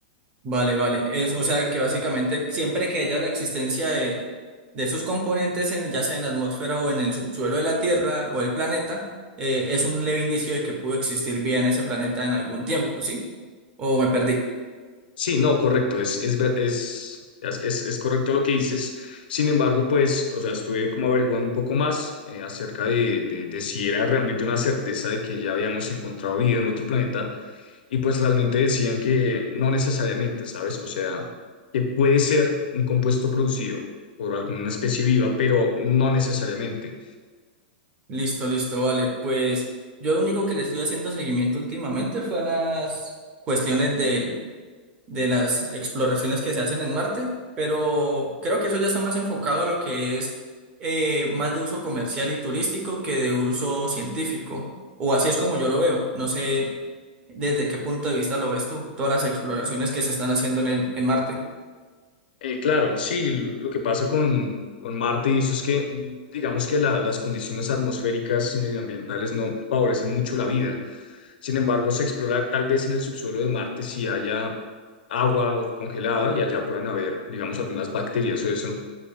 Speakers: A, on the right; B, on the left.
A: Vale, vale. Es, o sea que básicamente siempre que haya la existencia de, de esos componentes, en, ya sea en la atmósfera o en el subsuelo de la Tierra o el planeta, eh, es un leve indicio de que pudo existir vida en ese planeta en algún tiempo, ¿sí? O me perdí.
B: Sí, no, correcto, es, es, ver- es, es, es correcto lo que dices. Sin embargo, pues, o sea, estuve como averiguando un poco más eh, acerca de, de, de si era realmente una certeza de que ya habíamos encontrado vida en otro planeta y pues realmente decían que no necesariamente, ¿sabes? O sea, que puede ser un compuesto producido por alguna especie viva, pero no necesariamente.
A: Listo, listo, vale. Pues yo lo único que le estuve haciendo seguimiento últimamente fue a las cuestiones del de las exploraciones que se hacen en Marte, pero creo que eso ya está más enfocado a lo que es eh, más de uso comercial y turístico que de uso científico, o así es como yo lo veo. No sé desde qué punto de vista lo ves tú, todas las exploraciones que se están haciendo en el, en Marte.
B: Eh, claro, sí, l- lo que pasa con, con Marte y eso es que, digamos que la- las condiciones atmosféricas y medioambientales no favorecen mucho la vida. Sin embargo, se explora tal vez en el subsuelo de Marte si haya agua o congelada y allá puedan haber, digamos, algunas bacterias o eso.